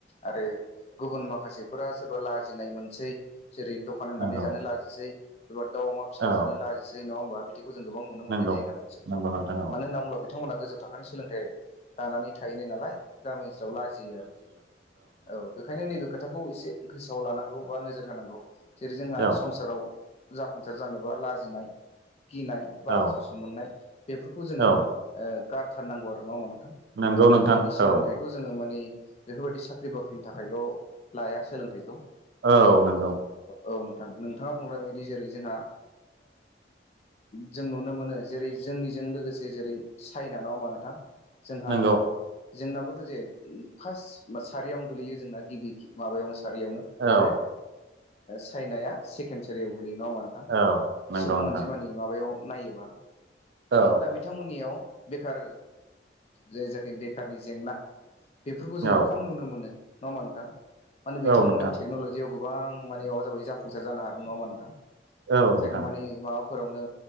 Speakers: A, on the left (about 35°); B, on the right (about 65°).
A: आरो गुबुन माखासेफोरा सोरबा लाजिनाय मोनसै। जेरै दखान होनानै
B: नंगौ
A: जानो ला सोरबा दाउ अमा फिना
B: औ
A: जानो लाजिसै नङा होनबा? बिदिखौ जों गोबां नुनो
B: नंगौ
A: मोननाय जायो गामि ओनसोलफ्राव।
B: नंगौ नोंथां औ
A: मानो होनना बुोब्ला बिथांमोना गोजौ थाखोनि सोलोंथाइ दानानै थाहैनाय नालाय गामि ओनसोलाव लाजियो आरो। औ बे ओंखायनो नैबे खोथाखौ एसे गोसोआव लानांगौ बा नोजोर होनांगौ। जेरै जोंहा
B: औ
A: संसाराव जाफुंसार जानोबा लाजिनाय गिनाय बा
B: औ
A: आसु सु' मोननाय बेफोरखौ जोङो
B: औ
A: गारथारनांगौ आरो नङा होनबा नोंथां?
B: नंगौ नोंथां
A: माने सोलोंथाइ
B: औ
A: बेखौ जोङो मानि बेफोरबायदि साख्रि बाख्रिनि थाखायल' लाया सोलोंथाइखौ।
B: औ नंगौ।
A: औ नोंथां। नोंथाङा बुंनाय बादि जेरै जोंहा जों नुनो मोनो जेरै जोंनिजों लोगोसे जेरै चाइना नङा होनबा नोंथां? जोंहा
B: नंगौ
A: जोंनाबोथ' जे फार्स्ट सारियावनो गोलैयो जोंना गिबि माबायावनो सारियावनो।
B: औ
A: आरो चाइनाया सेकेणड सारियाव गोलैयो नङा होमबा नों
B: औ नंगौ
A: सुबुं
B: नोंथां
A: अनजिमानि माबायाव नायोबा,
B: औ
A: दा बिथांमोननियाव बेखार जे जोंनि बेखारनि जेंना बेफोरखौ जोङो
B: औ
A: खम नुनो मोनो। नङा होमा नोंथां? माने बिथांमोना
B: औ नोंथां
A: टेक्न'लजियाव गो गोबां माने माबा जाबाय जाफुंसार जानो हादों। नङा होमबा नोंथां?
B: औ नोंथां
A: जायखौ माने माबाफोरावनो